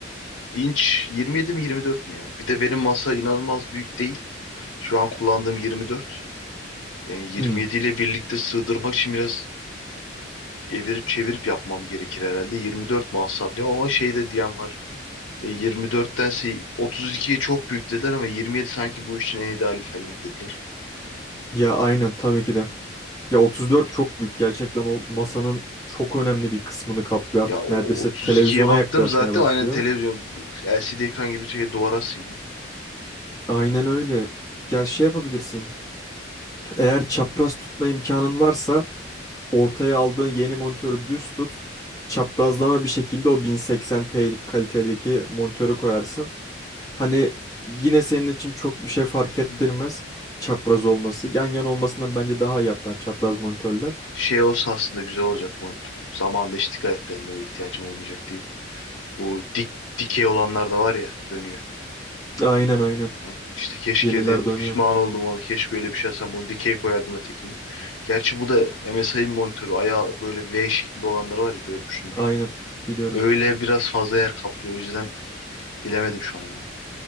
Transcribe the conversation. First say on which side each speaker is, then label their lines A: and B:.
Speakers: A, on the left; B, on the left.
A: İnç 27 mi 24 mü ya? Bir de benim masa inanılmaz büyük değil. Şu an kullandığım 24. Yani 27
B: Hmm.
A: ile birlikte sığdırmak için biraz evirip çevirip yapmam gerekir herhalde. 24 mu alsam diyor ama şey de diyen var. E, 24'tense 32'ye çok büyük dediler ama 27 sanki bu işin en ideali falan dediler.
B: Ya aynen tabii ki de. Ya 34 çok büyük. Gerçekten o masanın çok önemli bir kısmını kaplıyor.
A: Ya
B: Artık
A: o
B: neredeyse
A: 32'ye
B: televizyona
A: baktım
B: yaklaşmaya
A: zaten
B: başlıyor.
A: aynen televizyon LCD ekran gibi şey duvara asayım ya.
B: Aynen öyle. Ya şey yapabilirsin. Eğer çapraz tutma imkanın varsa ortaya aldığın yeni monitörü düz tut. Çaprazlama bir şekilde o 1080p'lik kalitedeki monitörü koyarsın. Hani yine senin için çok bir şey fark ettirmez
A: Hı.
B: çapraz olması. Yan yana olmasından bence daha iyi hatta çapraz monitörler.
A: Şey olsa aslında güzel olacak monitör. Zamanında hiç dikkat etmedim öyle ihtiyacım olmayacak diye. Bu dik dikey olanlar da var ya dönüyor.
B: Aynen aynen.
A: Hı. İşte keşke
B: Yeniler
A: dedim pişman
B: dönüyor.
A: oldum onu. Keşke öyle bir şey alsam bunu dikey koyardım ötekini. Gerçi bu da MSI'ın monitörü. Ayağı böyle V şeklinde olanları var ya görmüşsündür.
B: Aynen. Biliyorum.
A: Öyle biraz fazla yer kaplıyor. O yüzden bilemedim şu an ya.